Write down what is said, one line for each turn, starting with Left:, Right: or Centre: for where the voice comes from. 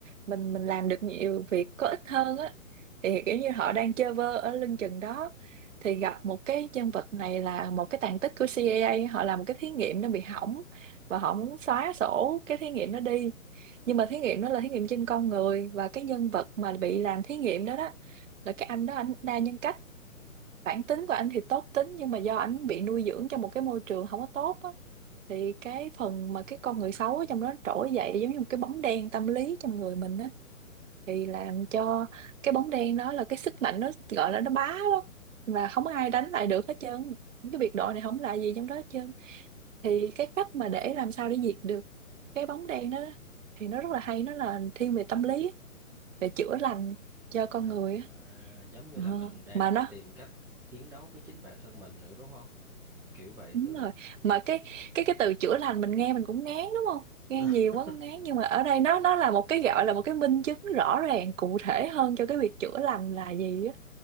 Right: mình mình làm được nhiều việc có ích hơn á thì kiểu như họ đang chơi vơ ở lưng chừng đó thì gặp một cái nhân vật này là một cái tàn tích của CIA họ làm một cái thí nghiệm nó bị hỏng và họ muốn xóa sổ cái thí nghiệm nó đi nhưng mà thí nghiệm đó là thí nghiệm trên con người và cái nhân vật mà bị làm thí nghiệm đó đó là cái anh đó anh đa nhân cách bản tính của anh thì tốt tính nhưng mà do anh bị nuôi dưỡng trong một cái môi trường không có tốt á thì cái phần mà cái con người xấu ở trong đó trỗi dậy giống như một cái bóng đen tâm lý trong người mình á thì làm cho cái bóng đen đó là cái sức mạnh nó gọi là nó bá lắm và không có ai đánh lại được hết trơn cái biệt đội này không là gì trong đó hết trơn thì cái cách mà để làm sao để diệt được cái bóng đen đó thì nó rất là hay nó là thiên về tâm lý về chữa lành cho con
Centre: à,
Right: người á.
Centre: giống như
Right: Ờ,
Centre: là mình đang
Right: mà
Centre: phải
Right: nó
Centre: tìm cách chiến đấu với chính bản thân mình nữa đúng không kiểu vậy
Right: Đúng
Centre: tức là
Right: rồi. Mà cái cái cái từ chữa lành mình nghe mình cũng ngán đúng không? Nghe
Centre: <laughs>
Right: nhiều quá cũng ngán nhưng mà ở đây nó nó là một cái gọi là một cái minh chứng rõ ràng cụ thể hơn cho cái việc chữa lành là gì á,